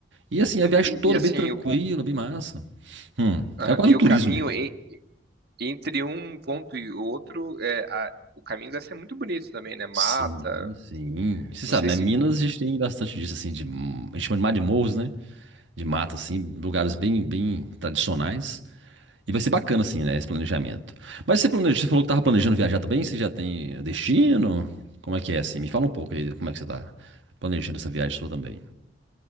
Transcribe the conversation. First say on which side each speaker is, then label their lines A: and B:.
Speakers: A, on the right; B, on the right.
A: E assim, a viagem
B: E,
A: toda
B: e assim,
A: bem tranquila,
B: o, o-
A: bem massa. Hum,
B: aham,
A: é quase
B: e
A: um turismo
B: o caminho
A: mesmo.
B: e- entre um ponto e o outro, é, a- o caminho deve ser muito bonito também, né? Mata,
A: Sim, sim. Você
B: não
A: sabe,
B: sei
A: né?
B: se...
A: Minas a gente tem bastante disso, assim, de, a gente chama de mar de morros, né? De mata, assim, lugares bem, bem tradicionais. E vai ser bacana, assim, né? Esse planejamento. Mas você planeja, você falou que tava planejando viajar também? Você já tem destino? Como é que é, assim? Me fala um pouco aí, como é que você tá planejando essa viagem sua também.